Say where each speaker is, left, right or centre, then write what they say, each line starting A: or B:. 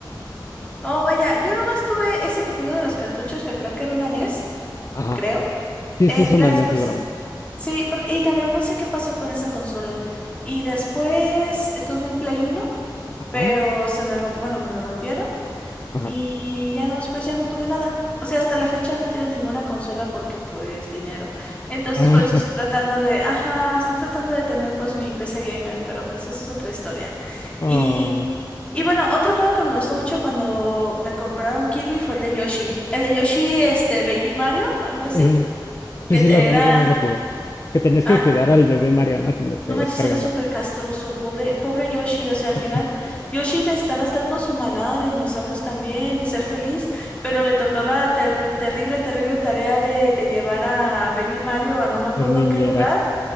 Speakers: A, on the left; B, on the left.
A: Oh, vaya, yo nomás tuve ese que te digo de los cartuchos, que creo que era una NES,
B: Ajá.
A: creo.
B: Sí,
A: Eh,
B: sí, es una
A: la después,
B: NES seguramente.
A: sí, porque, y la verdad no sé qué pasó con esa consola. Y después eh, tuve un Play uno
B: Ajá,
A: pero se me romp, bueno, me lo rompieron.
B: ajá.
A: Y ya no, pues ya no tuve nada. O sea, hasta la fecha no he tenido ninguna consola porque pues dinero. Entonces
B: Ah,
A: por eso estoy tratando de, ajá, estoy tratando de tener pues mi PC gamer, pero pues eso es otra historia.
B: <laughs>
A: Y, y bueno, otro juego que me gustó mucho cuando me compraron Kirby fue el de Yoshi. El de Yoshi, este, Baby Mario, algo así,
B: Ujú. Sí,
A: que
B: sí,
A: te-
B: lo, alguno
A: era,
B: lo jugué. Que tenías
A: ah,
B: que cuidar al bebé Mariana que lo traías
A: no manches,
B: cargando.
A: era súper castroso, pobre, pobre Yoshi. O sea, al
B: <laughs>
A: final, Yoshi necesitaba estar con su manada de dinosaurios también y ser feliz, pero le tocó la ter- terrible, terrible tarea de, de llevar a Baby Mario a no me acuerdo
B: Ser niñera.
A: qué lugar.